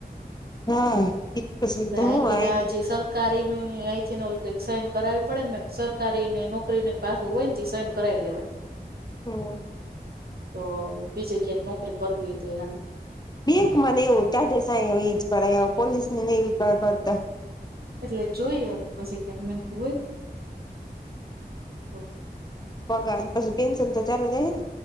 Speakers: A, on the left; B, on the right.
A: હા બીજ પછી
B: ને
A: તો
B: અહીંથી
A: હું આય
B: જે સરકારી અહીંથી ન સાઈન કરાવવી પડે ને સરકારી ને નોકરીની પાછું હોય નેથી સાઈનાવી લેવાય.
A: હોવે
B: તો બીજે ક્યાંક નોકરી કરવી તે હાલે.
A: બેંક ને એવું ટાઢે સાયે હોઈ એજ પોલીસની ને એવું કરવા કરતા.
B: એટલે જોઈ હવે કોછી ક્યાકન હોય ને. તો
A: પગાર પછી પેન્સિલ તો ચાલુ થાય છે ને.